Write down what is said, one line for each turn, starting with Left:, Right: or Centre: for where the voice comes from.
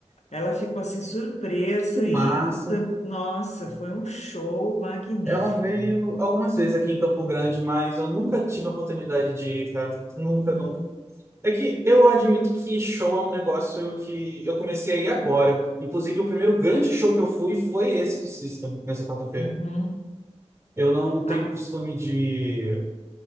Left: ela ficou assim surpresa
Right: Que massa.
Left: e tam- nossa, foi um show magnífico.
Right: Ela veio algumas vezes aqui em Campo Grande, mas eu nunca tive a oportunidade de ir, cara. Nunca,
Left: Uhum,
Right: nunca. É que eu admito que show é um negócio que eu comecei a ir agora. Inclusive, o primeiro grande show que eu fui foi esse de System, nessa quarta-feira.
Left: uhum.
Right: Eu não tenho
Left: A-
Right: costume de